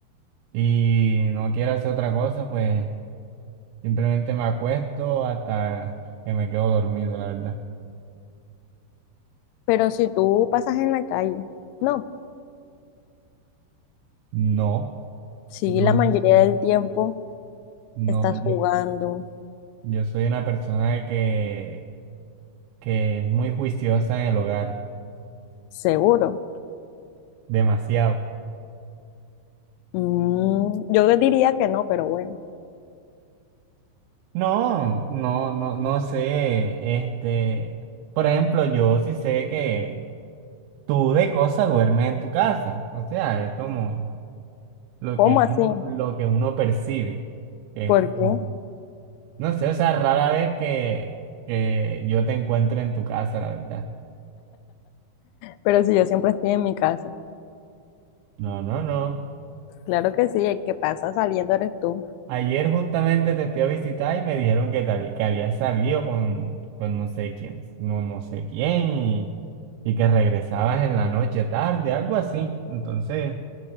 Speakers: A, on the right; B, on the left.
A: y no quiero hacer otra cosa, pues simplemente me acuesto hasta que me quedo dormido, la verdad.
B: Pero si tú pasas en la calle, no.
A: No,
B: Si
A: no,
B: la mayoría
A: yo soy,
B: del tiempo
A: no,
B: estás
A: yo,
B: jugando,
A: yo soy una persona que, que es muy juiciosa en el hogar,
B: seguro.
A: demasiado.
B: Mm, yo diría que no, pero bueno.
A: No, no, no, no sé, este, por ejemplo, yo sí sé que tú de cosa duermes en tu casa, o sea, es como... lo
B: ¿Cómo
A: que
B: así?
A: uno, lo que uno percibe. que
B: ¿Por
A: es como,
B: qué?
A: no sé, o sea, rara vez que, que yo te encuentre en tu casa, la verdad.
B: Pero si yo siempre estoy en mi casa.
A: No, no, no.
B: Claro que sí, el que pasa saliendo eres tú.
A: Ayer justamente te fui a visitar y me dijeron que, te habí- que habías salido con, con no sé quién, no, no sé quién, y, y que regresabas en la noche tarde, algo así. Entonces,